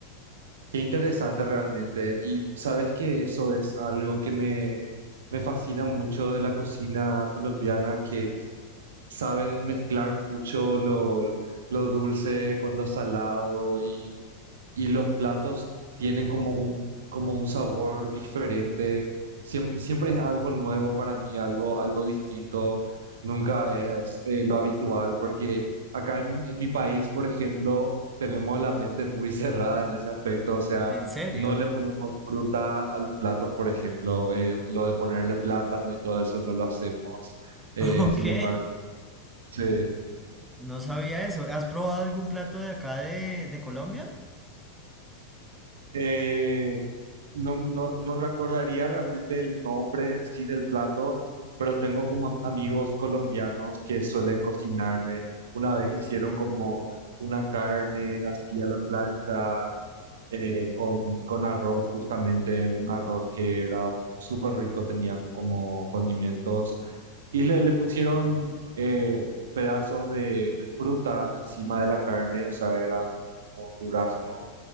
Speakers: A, on the right; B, in the centre.
A: Qué interesante realmente. Y sabes que eso es algo que me, me fascina mucho de la cocina colombiana, que saben mezclar mucho lo, lo dulce con lo salado y y los platos tienen como un, como un sabor diferente. Siempre, siempre es algo nuevo para mí, algo, algo distinto. Nunca es eh, lo habitual, porque acá en, en mi país, por ejemplo, tenemos la mente muy <laughs> cerrada en ese aspecto. O sea,
B: ¿En serio?
A: no le ponemos fruta a los platos, por ejemplo. eh, lo de ponerle plátano y todo eso no lo hacemos. Eh,
B: <laughs>
A: sin
B: Ok,
A: embargo, sí
B: no sabía eso. ¿Has probado algún plato de acá de, de Colombia?
A: Eh, no, no, no recordaría realmente el nombre en sí del plato, pero tengo como am- amigos colombianos que suelen cocinarme. Una vez hicieron como una carne así a la plancha eh, con, con arroz, justamente un arroz que era súper rico, tenía como condimentos y le, le pusieron eh, pedazos de, de fruta encima de la carne, o sea, era como durazno